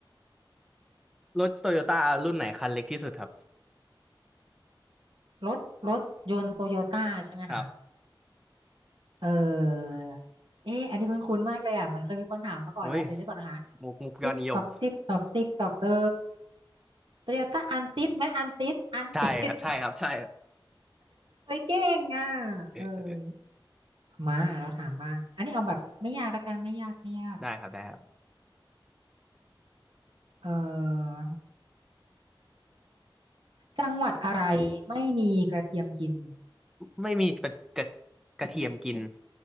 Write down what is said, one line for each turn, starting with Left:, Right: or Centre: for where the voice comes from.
Centre: รถโตโยต้ารุ่นไหนคันเล็กที่สุดครับ
Right: รถรถยนต์โตโยต้าใช่ไหมคะ
Centre: ครับ
Right: เออเอ๊ะอันนี้คุ้นๆมากเลยอ่ะเหมอนเคยมีคนถามมาก่อนแล้วเดี๋ยวนี้ก่อนนะคะ
Centre: เฮ้ยมุกมุกยอดนิยม
Right: ติ๊กตอกติ๊กตอกติ๊กตอกเออโตโยต้าอันติดไหมอันติด <laughs> อันติด
Centre: ใช่ครับใช่ครับใช่ครับ
Right: <laughs> ไปเก่งอ่ะ
Centre: เออเออ
Right: เออ มาเราถามบ้างอันนี้เอาแบบไม่ยากละกันไม่ยากไม่ยาก
Centre: ได้ครับได้ครับ
Right: เออจังหวัดอะไรไม่มีกระเทียมกิน
Centre: ไม่มีกระกระกระเทียมกิน